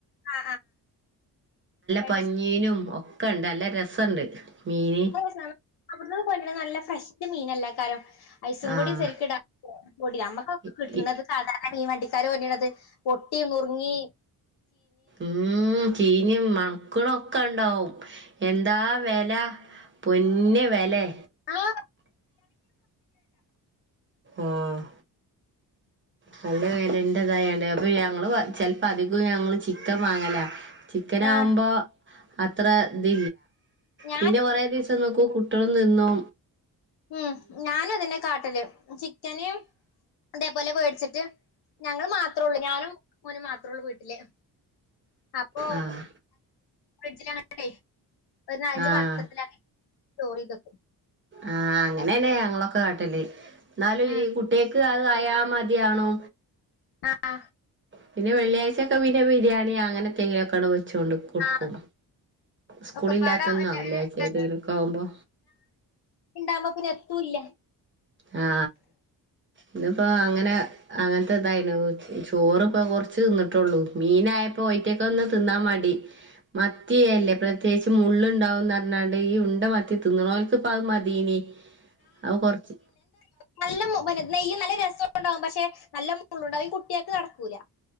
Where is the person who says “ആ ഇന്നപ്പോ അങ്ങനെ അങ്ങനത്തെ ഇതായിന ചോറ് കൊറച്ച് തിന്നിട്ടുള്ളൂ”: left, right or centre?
Right